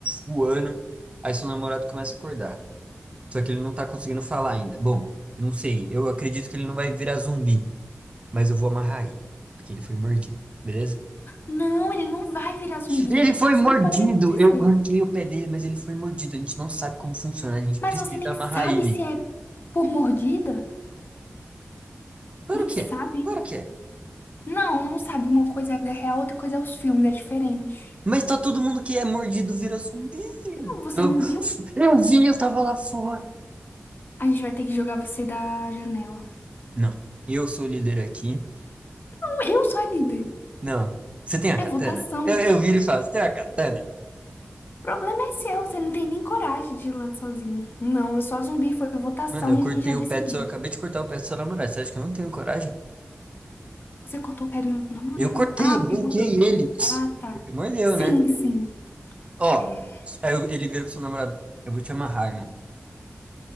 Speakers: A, on the right (about 25°); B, on the left (about 50°).
A: voando. Aí seu namorado começa a acordar. Só que ele não tá conseguindo falar ainda. Bom, não sei, eu acredito que ele não vai virar zumbi, mas eu vou amarrar ele, porque ele foi mordido, beleza?
B: Não, ele não vai virar zumbi.
A: Ele foi
B: Isso
A: mordido!
B: não pode acontecer.
A: Eu arranquei o pé dele, mas ele foi mordido. A gente não sabe como funciona, a gente
B: Mas
A: precisa
B: você nem
A: amarrar
B: sabe
A: ele.
B: se é por mordida?
A: Claro
B: Nem
A: que
B: sabe?
A: é, claro que é.
B: Não, não sabe. Uma coisa é a vida real, outra coisa é os filmes, é diferente.
A: Mas tá todo mundo que é mordido vira zumbi.
B: Não, você
A: Eu,
B: não viu?
A: eu vi, eu tava lá fora.
B: A gente vai ter que jogar você da janela.
A: Não, eu sou o líder aqui.
B: Não, Eu sou a líder.
A: Não, você tem a
B: É
A: katana?
B: votação.
A: Eu, eu viro e falo, você tem a katana?
B: O problema é seu, você não tem nem coragem de ir lá sozinho. Não, eu sou a zumbi, foi votação
A: Mano, eu
B: e
A: cortei
B: a gente já decidiu.
A: o pé do seu, eu acabei de cortar o pé do seu namorado. Você acha que eu não tenho coragem?
B: Você cortou o pé do meu namorado.
A: Eu cortei,
B: Ah,
A: arranquei
B: porque mudou,
A: ele.
B: né? Ah, tá.
A: Porque mordeu,
B: Sim,
A: né?
B: sim.
A: Ó,
B: É.
A: aí eu- ele vira pro seu namorado, eu vou te amarrar, irmão.